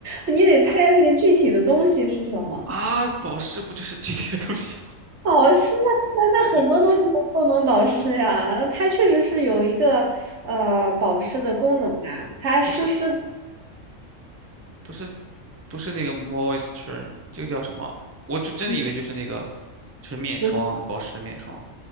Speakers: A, on the right; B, on the right.
A: 你你得猜那个具体的东西是什么。
B: 啊，保湿不就是这些东西吗？
A: 保湿那那那很多东西都都能保湿呀，
B: <laughs> 是
A: 它确实是有一个呃保湿的功能啊，它湿湿的，
B: 不是，不是，不是那个 moisture，这个叫什么？我就真的以为就是那个，
A: 嗯
B: 就是面霜，
A: 不是
B: 保湿的面霜。